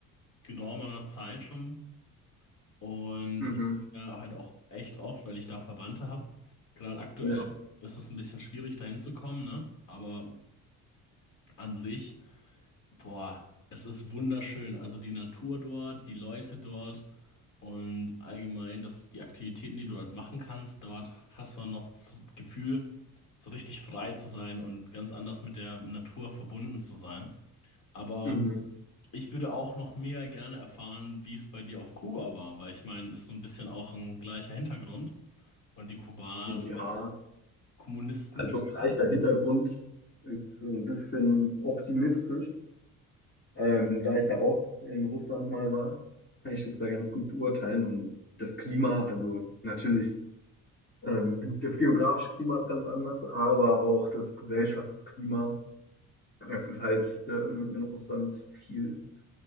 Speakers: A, on the left (about 60°); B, on the left (about 30°).
A: geraumer Zeit schon und
B: Mhm,
A: ich bin da halt auch echt oft, weil ich da Verwandte habe. Gerade aktuell
B: ja.
A: ist es ein bisschen schwierig, da hinzukommen, ne? Aber an sich, boah, es ist wunderschön. Also die Natur dort, die Leute dort. Und allgemein, dass die Aktivitäten, die du dort machen kannst, dort hast du noch das Gefühl, so richtig frei zu sein und ganz anders mit der Natur verbunden zu sein. Aber
B: Mhm.
A: ich würde auch noch mega gerne erfahren, wie es bei dir auf Kuba war, weil ich meine, ist so ein bisschen auch ein gleicher Hintergrund. Und die Kubaner sind
B: Ja,
A: ja auch Kommunisten
B: also
A: gewesen.
B: gleicher Hintergrund, äh, ein bisschen optimistisch. Ähm, da ich ja auch in Russland mal war, kann ich das ja ganz gut beurteilen. Und das Klima, also natürlich Ähm, das geografische Klima ist ganz anders, aber auch das Gesellschaftsklima. Es ist halt ähm, in Russland viel